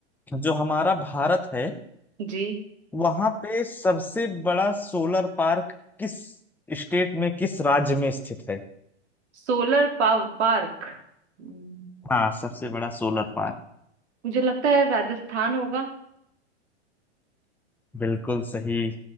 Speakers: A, in the centre; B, on the right.
A: जो हमारा भारत है
B: जी
A: वहां पे सबसे बड़ा सोलर पार्क किस स्टेट में किस राज्य में स्थित है
B: Solar power park हम्म,
A: हाँ सबसे बड़ा सोलर पार्क
B: मुझे लगता है राजस्थान होगा
A: बिल्कुल सही